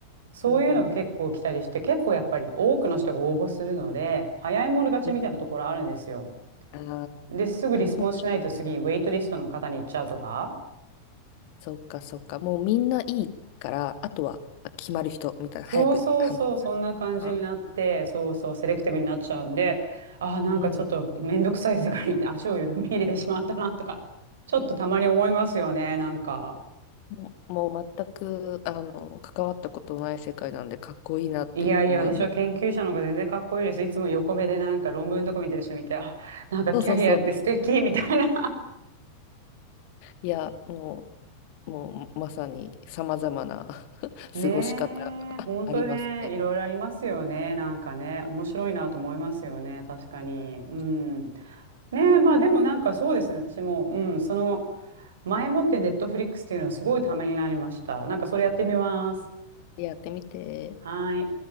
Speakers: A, on the right; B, on the left.
A: そういうのが結構来たりして、
B: うん
A: 結構やっぱり多くの人が応募するので、早い者勝ちみたいなところあるんですよ。
B: うん。ああー、
A: で、すぐリスポンスしないと次、
B: もういいよ
A: ウェイトリストの方に行っちゃうとか。
B: そうかそうか。もうみんないいから、あとはあ決まる人みたいな、
A: そうそうそう、
B: 早く判断するから
A: そんな感じになって、そうそう、セレクティブになっちゃうんで、ああ、なんかちょっとめんどくさい世界に足を踏み入れてしまったなとか、
B: うん。
A: ちょっとたまに思いますよね、なんか。
B: もうもう全くあの関わったことない世界なんでかっこいいなって思います。
A: いやいや、私は研究者の方が全然かっこいいです。いつも横目でなんか論文とか見てる人見て、あ、なんかキャリアって素敵みたいな。
B: そうそうそう。いや、ももうまさにさまざまな <laughs>
A: ねえ、
B: 過ごし方が
A: 本当ね、
B: ありますね。
A: いろいろありますよね。なんかね、面白いなと思いますよね。確かに。
B: <laughs>
A: うん。ねえ、まあでもなんかそうですね。私も、うん、その、前もってネットフリックスっていうのはすごいためになりました。なんかそれやってみます。
B: やってみて。
A: はい。